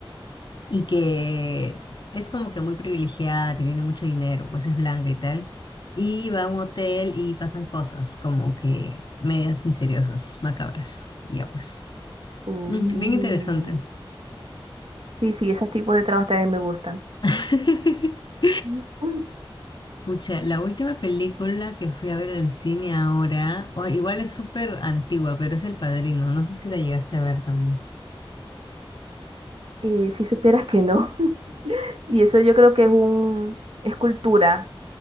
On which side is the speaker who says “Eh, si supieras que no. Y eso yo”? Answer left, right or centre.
Right